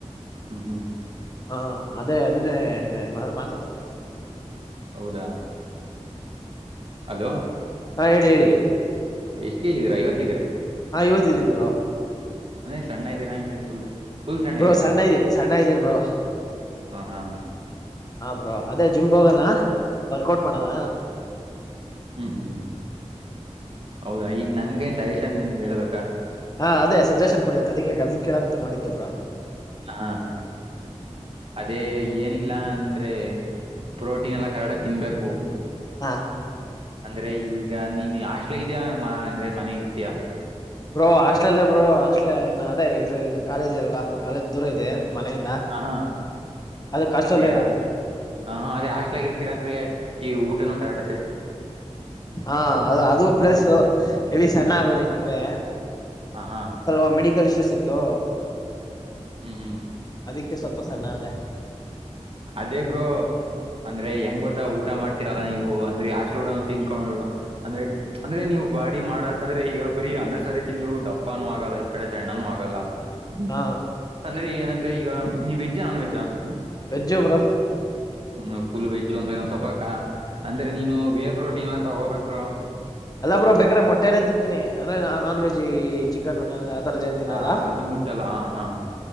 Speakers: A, on the right (about 50°); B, on the left (about 35°).
A: ಹ್ಮ್ ಹ್ಮ್
B: ಹಾ ಅದೇ ಅದನ್ನೇ ಮಾತಾಡಣಂತಬ್ರು
A: ಹೌದಾ ಹಲೋ
B: ಹಾ ಹೇಳಿ ಹೇಳಿ
A: ಎಷ್ಟ್ ಕೆಜಿ ಇದ್ರ ಐವತ್ತು
B: ಹಾ ಇವತ್ತಿದ್ದೀನ್ ಬ್ರೋ
A: ಅದೇ ಸಣ್ಣ ಇದ್ದೀರಾ ಹಂಗೆ ಫುಲ್ ಫುಲ್
B: ಬ್ರೋ
A: ಇದ್ದೀರಾ
B: ಸಣ್ಣ ಇದ್ದೀನ ಸಣ್ಣ ಇದ್ದೇನ ಬ್ರೋ
A: ಹಾ ಹಾ
B: ಹಾ ಬ್ರೋ ಅದೇ ಜಿಮ್ಗೆ ಹೋಗಣ ವರ್ಕೌಟ್ ಮಾಡಣ
A: ಹ್ಮ್ ಹ್ಮ್ ಹೌದಾ ಈಗ ನನ್ಗನ್ ಸಹೇಶನ್ ಹೇಳ್ಬೇಕಾ
B: ಹಾ ಅದೇ ಸಜೆಷನ್ ಕುಡಿ ಅಂತ ಅದಕ್ಕೆ ಅರ್ದನ್ ಕೇಳದ ಅಂತ ಮಾಡಿದ್ದಬ್ರಾ
A: ಹಾ ಅದೇ ಏನಿಲ್ಲ ಅಂದ್ರೆ ಪ್ರೋಟೀನ್ ಎಲ್ಲ ಚೀರ್ರೆಕ್ಟ್ ಆಗಿ ತಿನ್ಬೇಕು
B: ಹಾ
A: ಅಂದ್ರೆ ಈಗ ನೀನ್ ಆಸ್ಲಗಿದ್ಯಾ ಮಾ ಅಂದ್ರೆ ಮನೆಗಿರ್ತೀಯಾ
B: ಬ್ರೋ ಹಾಸ್ಟ್ೇಲ್ಲ್ಲ ಬ್ರೋ ಹಾಸ್ ಅದೇ ಈಗ ಇನ್ ಕಾಲೇಜ್ ಅಲ್ವಾ ಕಾಲೇಜ್ ದೂರ ಇದೆ ಮನೆಯಿಂದ
A: ಹಾ ಹಾ
B: ಅದಕ್ಕೆ ಹಾಸ್ಟೆಲ್
A: ಅದೇ
B: ಇರೋದು
A: ಹ ಹಾ ಅದೇ ಹಾಸ್ಲಗ ಇರ್ತೀರ ಅಂದ್ರೆ ಈ ಊಟನು ಕರಾಟ
B: ಹಾ ಅದು ಅದು ಪ್ಲಸ್ ಇಲ್ಲಿ ಸಣ್ಣ ಆಗೋದ ನಡುವೆ
A: ಹ ಹಾ
B: ಸ್ಲ್ ಮೆಡಿಕಲ್ ಇಶ್ಯೂಸ್ ಇತ್ತು
A: ಹ್ಮ್ ಹ್ಮ್
B: ಅಕ್ಕೆ ಸ್ವಲ್ಪ ಸಣ್ಣ ಅದೇ
A: ಅದೇ ಬ್ರೋ ಅಂದ್ರೆ ಹೆಂಗ್ ಗೊತ್ತ ಊಟ ಮಾಡ್ತೀರಲ್ಲ ನೀವು ಅಂದ್ರೆ ಅಷ್ಟ ಸುಡೋ ತಿನ್ಕೊಂಡರು ಅಂದ್ರೆ ಅಂದ್ರೆ ನೀವು ಬಾಡಿ ಮಾಡಕಂದ್ರೆ ಈಗ ಬರೀ ಅನ್ನ ಸರ ತಿಂದ್ರು ದಪ್ಪನೂ ಆಗಲ್ಲ ಇದ್ ಕಡೆ ಸಣ್ಣನುೂ ಆಗಲ್ಲ ಹ್ಮ
B: ಹಾ
A: ಅಂದ್ರೆ ಏನಂದ್ರೆ ಈಗ ನೀವಿ veg non veg <unintelligible>
B: veg bro
A: full veg ಸಪ ಅಂದ್ರೆ ನೀನು ಬೇ ಪ್ರೋಟೀನ್ ಎಲ್ಲಾ ತಗೋಬೇಕೇಕ್ ಬ್ರೋ
B: ಅಲ್ಲಾಬ್ರೋ ಇ ಬೇಕ್ರೆ ಮೊಟ್ಟೆ ಎಲ್ಲ ತಿಂತೀನಿ ಅಂದ್ರ ನಾನ್ ವೆಜ್ ಚಿಕನ್ ನೋಣ ರದ ಏನ್ ತಿನ್ನಲ್ಲ
A: ಹ ಅದು ಮುಟ್ಟಲ್ಲ ಹ ಹಾ